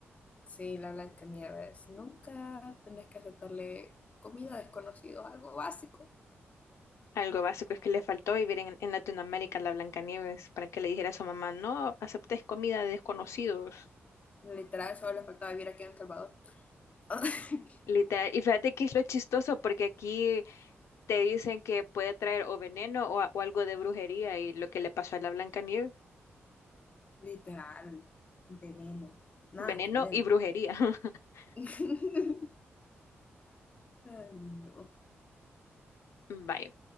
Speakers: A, on the left; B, on the left.
A: sí, la Blancanieves. Nunca tenés que aceptarle comida a desconocidos, algo básico.
B: Algo básico es que le faltó vivir en, en Latinoamérica a la Blancanieves para que le dijera a su mamá, no aceptes comida de desconocidos.
A: Literal, solo le faltaba vivir aquí en El Salvador. <laughs>
B: Literal. Y fíjate que es lo chistoso, porque aquí te dicen que puede traer o veneno o, a- o algo de brujería, y lo que le pasó a la Blancanieves,
A: Literal, veneno. Nada
B: veneno
A: que ver.
B: y
A: ma.
B: brujería. <laughs>
A: <laughs> Ay, no.
B: Vaya,